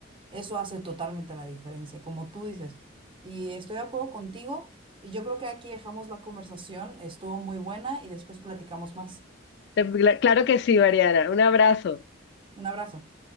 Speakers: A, on the right; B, on the left.
A: eso hace totalmente la diferencia, como tú dices, y estoy de acuerdo contigo, y yo creo que aquí dejamos la conversación, estuvo muy buena y después platicamos más.
B: Te- cla- Claro que sí, Mariana. Un abrazo.
A: Un abrazo.